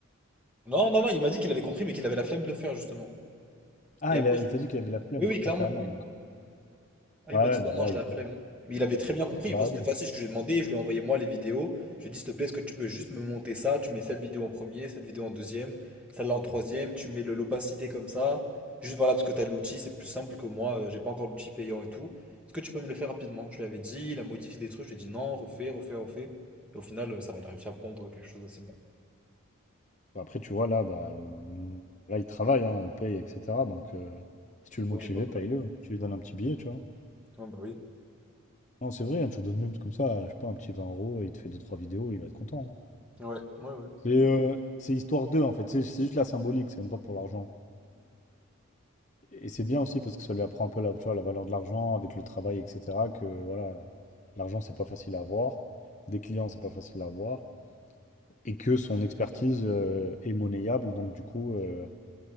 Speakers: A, in the centre; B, on the left.
A: Non, non, non, il m'a dit qu'il avait compris, mais qu'il avait la flemme de le faire, justement.
B: Ah,
A: Et après,
B: il a-
A: je-
B: il t'a dit qu'il avait la flemme.
A: oui, oui, clairement.
B: Ah, carrément. ouais.
A: Ah, oui,
B: Ah
A: il m'a
B: ouais,
A: dit
B: bah
A: non, non,
B: là,
A: j'ai
B: il...
A: la
B: Bah
A: flemme. Mais il avait très bien compris.
B: bah
A: Enfin, c'était
B: oui.
A: facile ce que j'ai demandé. Je lui ai envoyé moi les vidéos. Je lui ai dit, s'il te plaît, est-ce que tu peux juste me monter ça? Tu mets cette vidéo en premier, cette vidéo en deuxième, celle-là en troisième. Tu mets le- l'opacité comme ça. Juste voilà, parce que t'as l'outil, c'est plus simple que moi. euh, j'ai pas encore l'outil payant et tout. Est-ce que tu peux me le faire rapidement? Je lui avais dit, il a modifié des trucs. Je lui ai dit non, refais, refais, refais. Et au final, euh, ça va, il a réussi à pondre quelque chose d'assez bien.
B: Bah après, tu vois, là, bah, le- là, il travaille, hein, on le paye, etc. Donc, euh, si tu veux le
A: Oui,
B: motiver,
A: bah oui.
B: paye-le. hein. Tu lui donnes un petit billet, tu vois.
A: Ah, bah oui.
B: Non, c'est vrai, hein, tu lui donnes même comme ça, je sais pas, un petit 20 euros, il te fait deux trois vidéos, il va être content. hein.
A: Ouais, ouais, ouais.
B: C'est euh, c'est histoire d'eux en fait, c'est c'est juste la symbolique, c'est même pas pour l'argent. Et c'est bien aussi parce que ça lui apprend un peu la, tu vois, la valeur de l'argent avec le travail, etc. Que voilà, l'argent c'est pas facile à avoir, des clients c'est pas facile à avoir, et que son expertise euh, est monnayable, donc du coup euh,